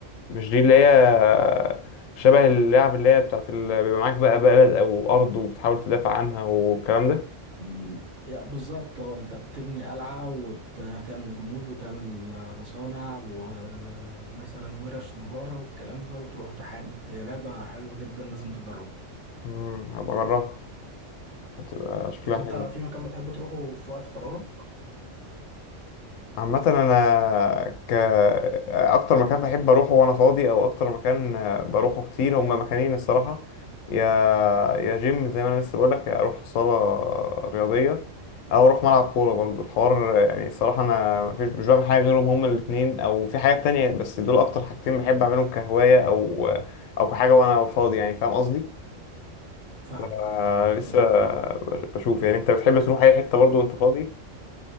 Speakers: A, on the left (about 80°); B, on the right (about 65°).
A: مش دي اللي هي شبه اللعب اللي هي بتاعت اللي بيبقى معاك بقى بلد او ارض وبتحاول تدافع عنها والكلام ده
B: مم، يا بالظبط اه انت بتبني قلعة وتعمل جنود وتعمل آه، مصانع ومثلا ورش نجارة والكلام ده وتروح تحارب هي لعبة حلوة جدا لازم تجربها
A: امم هبقى اجربها هتبقى شكلها
B: طب انت
A: حلو
B: في مكان بتحب تروحه في وقت فراغك
A: عامة أنا ك أكتر مكان بحب أروحه وأنا فاضي أو أكتر مكان بروحه كتير هما مكانين الصراحة يا يا جيم زي ما أنا لسه بقولك يا أروح صالة رياضية أو أروح ملعب كورة برضو الحوار يعني الصراحة أنا مفيش مش بعمل حاجة غيرهم هما الاتنين أو في حاجات تانية بس دول أكتر حاجتين بحب أعملهم كهواية أو أو كحاجة وأنا فاضي يعني فاهم قصدي؟
B: فاهم
A: ف-
B: طب
A: لسه
B: ان-
A: بشوف يعني أنت بتحب تروح أي حتة برضو وأنت فاضي؟